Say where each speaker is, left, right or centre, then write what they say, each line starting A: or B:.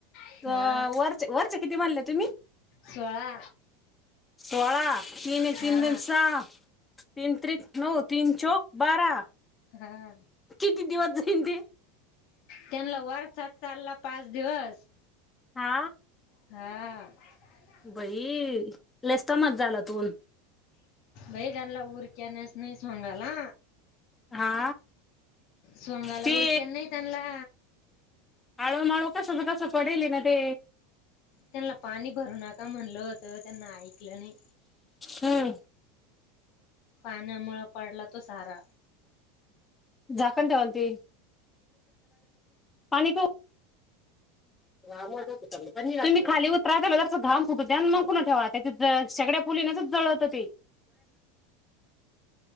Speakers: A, on the left; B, on the left.
A: हा
B: अ वरचे वरचे किती म्हणले तुम्ही?
A: सोळा
B: सोळा तीन
A: हा
B: तीन दोनी सहा तीन त्रिक नऊ, तीन चौक बारा.
A: हां.
B: किती दिवस जाईन ते?
A: त्यांना वरचाच चालला पाच दिवस.
B: हा
A: हा.
B: बाई लेस्ता मच झाला तून
A: वैरानला उरक्याण्यास नाही सोगाला.
B: हा
A: सोगाला
B: ते
A: उरक्या नाही त्यांनला
B: आळू -माळू कसंच कसं पडेल ना ते.
A: त्यांना पाणी भरू नका म्हणलं होतं, त्यांना ऐकलं नाही.
B: हम्.
A: पाण्यामुंळं पडला तो सारा.
B: झाकण ठेवणा ते, पाणी पाऊ तुम्ही खाली उतराला त्याला जरासक घाम फुटु द्या मग पुन्हा ठेवा, त्याच्यात ज शेगडया फुलीण्याचच जळतं ते